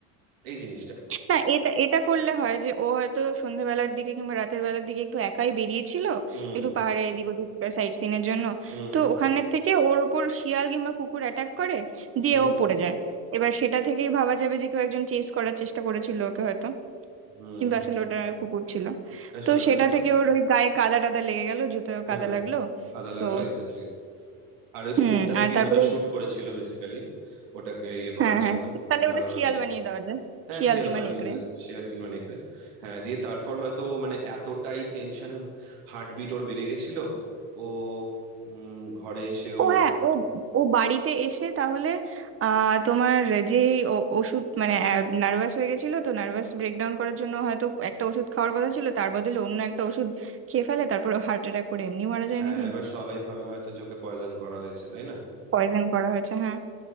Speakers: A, on the right; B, on the right.
A: এই জিনিসটা
B: না এটা এটা করলে হয় যে ও হয়তো সন্ধ্যাবেলার দিকে কিংবা রাতের বেলার দিকে একটু একাই বেরিয়েছিল
A: হুম
B: একটু পাহাড়ে এদিক ওদিক সাইট সিনের জন্য
A: হুম
B: তো
A: হুম
B: ওখানের থেকে ওর ওপর শিয়াল কিংবা কুকুর অ্যাটাক করে দিয়ে
A: হুম
B: ও পড়ে যায় এবার সেটা থেকেই ভাবা যাবে যে কেউ একজন চেস করার চেষ্টা করেছিল ওকে হয়তো
A: হুম
B: কিন্তু আসলে ওটা কুকুর ছিল
A: আসলে
B: তো
A: ওটা
B: সেটা
A: একটা
B: থেকে ওর ওই গায়ে কাদা টাদা লেগে গেল জুতোয়
A: হ্যাঁ
B: কাদা লাগলো
A: কাদা লাগলো
B: তো
A: এক্স্যাক্টলি আর ওই
B: হুম
A: কুকুরটার দিকেই
B: আর তারপরে
A: হয়তো শুট করেছিল বেসিক্যালি ওটাকে ইয়ে করার
B: হ্যাঁ হ্যাঁ
A: জন্য
B: তাহলে ওটা
A: ভাগানোর
B: শিয়াল
A: জন্য
B: বানিয়ে দেওয়া যায়
A: হ্যাঁ
B: শিয়াল
A: শিয়াল
B: কিংবা
A: বানিয়ে
B: নেকড়ে
A: দিলে শিয়াল কিংবা নেকড়ে হ্যাঁ দিয়ে তারপর হয়তো মানে এতটাই টেনশন হার্টবিট ওর বেড়ে গেছিল ও উম, ঘরে এসে
B: ও
A: ওর
B: হ্যাঁ ও ও বাড়িতে এসে তাহলে আহ তোমার যে ও- ওষুধ মানে নার্ভাস হয়ে গেছিল তো নার্ভাস ব্রেকডাউন করার জন্য হয়তো একটা ওষুধ খাওয়ার কথা ছিল তার বদলে অন্য একটা ওষুধ খেয়ে ফেলে তারপর হার্ট অ্যাটাক করে এমনি মারা যায়
A: হ্যাঁ
B: নাকি
A: এবার সবাই ভাবে হয়তো যে ওকে পয়জন করা হয়েছে তাই না
B: পয়জন করা হয়েছে হ্যাঁ